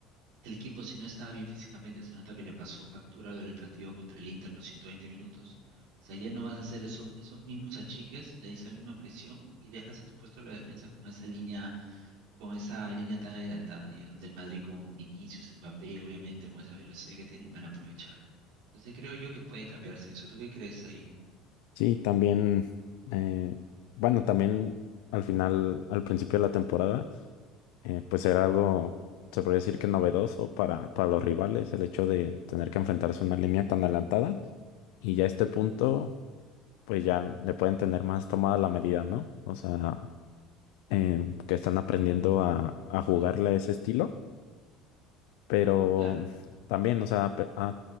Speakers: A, on the right; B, on the left.
A: el equipo, si no estaba bien físicamente, se nota que le pasó factura del partido contra el Inter los 120 minutos. O sea, ya no vas a hacer eso- esos mismos achiques, le esa misma presión y dejas expuesto a las defensas con esa línea con esa línea tan adelantada y es donde el Madrid con Vinicius, Mbappé, obviamente con esa velocidad que tienen van a aprovechar. Entonces creo yo que puede cambiarse eso. ¿Tú qué crees ahí?
B: Sí, también, eh, bueno, también al final, al principio de la temporada, eh, pues era algo, se podría decir que novedoso para, para los rivales, el hecho de tener que enfrentarse a una línea tan adelantada y ya a este punto, pues ya le pueden tener más tomada la medida, ¿no? O sea, eh, que están aprendiendo a, a jugarle a ese estilo, pero
A: La-
B: también, o sea, ha, pe- ha